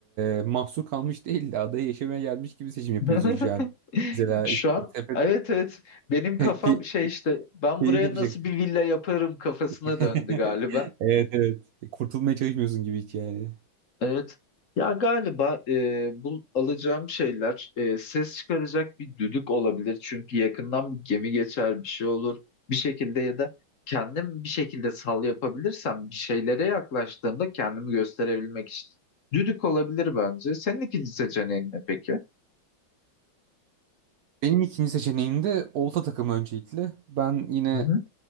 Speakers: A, on the right; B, on the left.
A: e, mahsur kalmış değil de adaya yaşamaya gelmiş gibi seçim yapıyorsun
B: <laughs>
A: şu an. Mesela
B: Şu
A: işte
B: an
A: sepet
B: evet
A: <laughs>
B: evet benim kafam
A: key-
B: şey işte ben
A: keyif
B: buraya
A: yapacaksın.
B: nasıl bir villa yaparım kafasına
A: <laughs>
B: döndü galiba.
A: Evet evet. E, Kurtulmaya çalışmıyorsun gibi hiç yani.
B: Evet. Ya galiba e, bu alacağım şeyler e, ses çıkaracak bir düdük olabilir. Çünkü yakından bir gemi geçer bir şey olur. Bir şekilde ya da kendim bir şekilde sal yapabilirsem bir şeylere yaklaştığımda kendimi gösterebilmek için. Düdük olabilir bence. Senin ikinci seçeneğin ne peki?
A: Benim ikinci seçeneğim de olta takımı öncelikle. Ben yine
B: Hı hı.